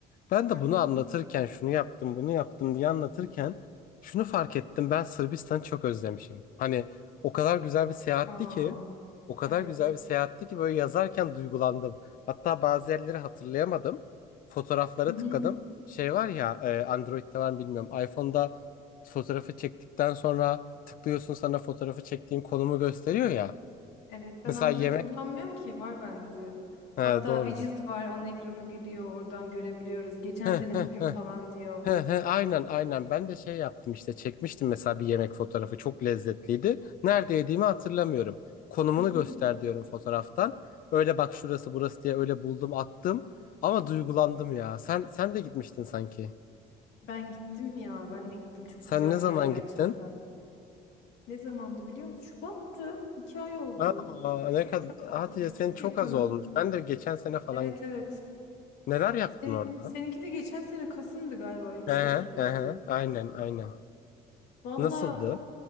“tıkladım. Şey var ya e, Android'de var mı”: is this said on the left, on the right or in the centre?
Left